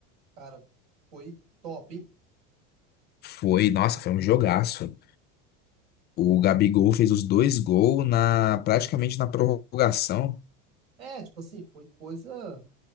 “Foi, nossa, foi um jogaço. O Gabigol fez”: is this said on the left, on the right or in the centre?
Left